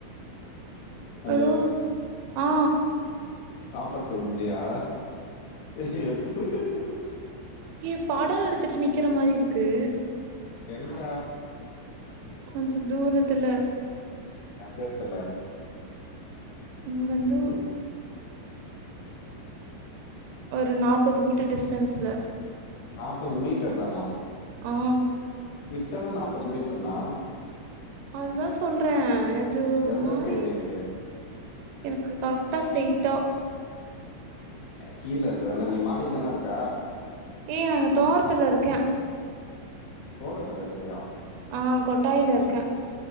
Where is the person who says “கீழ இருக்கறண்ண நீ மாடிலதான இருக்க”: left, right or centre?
Left